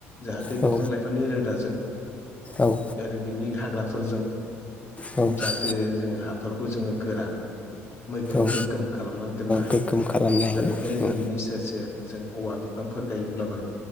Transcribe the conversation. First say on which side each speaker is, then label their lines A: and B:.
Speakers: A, on the left; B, on the left.
A: जाहाथे
B: औ
A: बिफां लाइफांनि रोदाजों
B: औ
A: दा आरो बिनि हाग्राफोरजों
B: औ
A: जाहाथे जोङो हाफोरखौ जोङो गोरा मैखोम
B: औ
A: गोगोम खालामनानै दोननो हायो
B: गोग्गोम खालामनो हायो
A: दा बेखायनो जों
B: औ
A: बिनि सेर सेर जों औवा बिफांफोर गायोब्लाबो